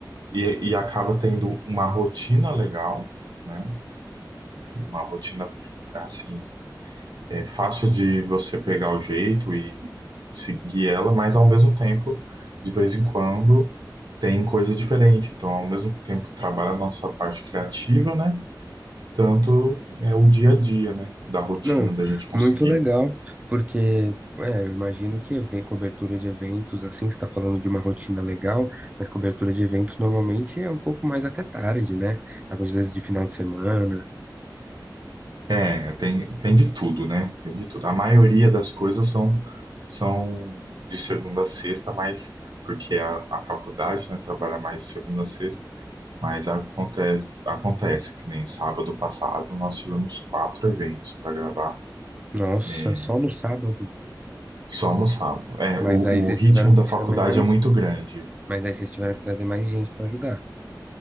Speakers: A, on the right; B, on the right.
A: e, e acaba tendo uma rotina legal, né? Uma rotina, assim, é fácil de você pegar o jeito e seguir ela, mas ao mesmo tempo, de vez em quando, tem coisa diferente. Então, ao mesmo tempo, trabalha a nossa parte criativa, né? Tanto é o dia a dia, né? Da rotina,
B: Não,
A: da gente conseguir
B: muito legal, porque é, eu imagino que even- cobertura de eventos, assim, você está falando de uma rotina legal, mas cobertura de eventos normalmente é um pouco mais até tarde, né? Às vezes de final de semana.
A: É, tem, tem de tudo, né? Tem de tudo. A maioria das coisas são, são de segunda a sexta, mas porque a, a faculdade, né, trabalha mais de segunda a sexta, mas acontece, acontece que nem sábado passado nós tivemos quatro eventos para gravar,
B: Nossa,
A: é,
B: só no sábado.
A: só no sábado. É,
B: Mas
A: o,
B: aí vocês
A: o ritmo
B: tiveram que
A: da
B: chamar
A: faculdade
B: mais,
A: é muito grande.
B: mas aí vocês tiveram que trazer mais gente para ajudar.